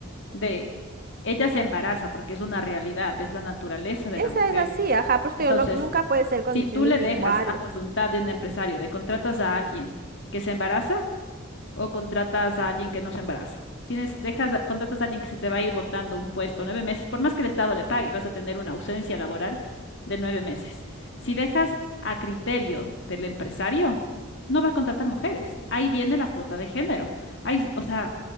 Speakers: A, on the left (about 60°); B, on the right (about 45°).
A: de ella se embaraza, porque es una realidad, es la naturaleza de
B: esa
A: la mujer.
B: es así, ajá, pues te
A: Entonces,
B: digo, no- nunca puede ser condiciones
A: si tú le
B: iguales.
A: dejas a voluntad de un empresario, de contratas a alguien que se embaraza, o contratas a alguien que no se embaraza. Tienes, dejas, a- contratas a alguien que se te va a ir botando un puesto nueve meses, por más que el Estado le pague, vas a tener una ausencia laboral de nueve meses. Si dejas a criterio del empresario, no va a contratar mujeres. Ahí viene la cuota de género. Ahí, o sea,